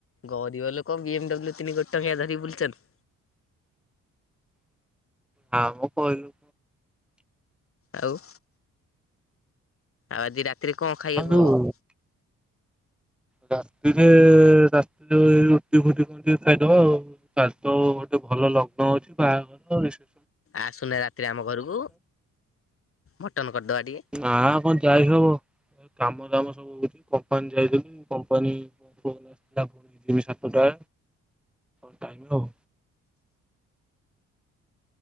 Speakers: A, on the left; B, in the centre.
A: ଗରିବ ଲୋକ ବି ଏମ୍ ଡବ୍ଲୁ ତିନି କୋଟି ଟଙ୍କିଆ ଧରିିକି ବୁଲୁଚନ୍ତି।
B: ହା ମ ପଇଲୁ।
A: ଆଉ ଆଉ ଆଜି ରାତିରେ କଣ ଖାଇବାକୁ
B: ଆଉ ଯୋଉ
A: ହବ?
B: ରାତିରେ ରାତିରେ ରୁଟି ଫୁଟି କଣ ଟିକେ ଖାଇଦବ ଆଉ। କାଲି ତ ଗୋଟେ ଭଲ ଲଗ୍ନ ଅଛି ବାହାଘରେ ରିସେ
A: ଆସୁନା ରାତିରେ ଆମ ଘରୁକୁ ମଟନ କରିଦବା ଟିକେ।
B: ନା କଣ ଯାଇ ହବ କାମ ଦାମ ସବୁ ହଉଚି କମ୍ପାନୀ ଯାଇଥିଲି କମ୍ପାନୀ ଫୋନ୍ ଆସିଥିଲା ସତୁଟା <unintelligible> ଆଉ